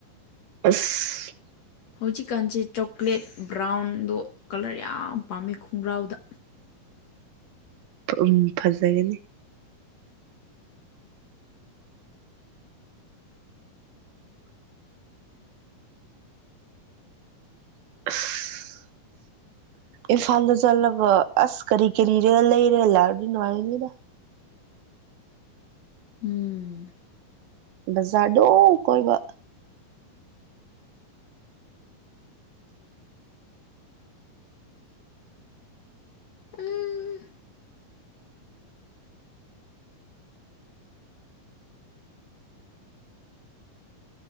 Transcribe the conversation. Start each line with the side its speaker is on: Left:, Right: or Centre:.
Right: ꯑꯁ
Left: ꯍꯧꯖꯤꯛꯀꯥꯟꯁꯦ ꯆꯣꯀ꯭ꯂꯦꯠ ꯕ꯭ꯔꯥꯎꯟꯗꯣ ꯀꯂꯔ ꯌꯥꯝ ꯄꯥꯝꯃꯦ ꯈꯣꯡꯒ꯭ꯔꯥꯎꯗ
Right: ꯎꯝ ꯐꯖꯒꯅꯤ <unintelligible> ꯏꯐꯥꯗ ꯆꯂꯒ ꯑꯁ ꯀꯔꯤ ꯀꯔꯤꯔꯦ ꯂꯩꯔꯦ ꯂꯥꯛ ꯅꯅꯨꯡꯉꯥꯏꯅꯤꯗ
Left: ꯎꯝ
Right: ꯕꯖꯥꯗꯣ ꯀꯣꯏꯕ
Left: ꯎꯝ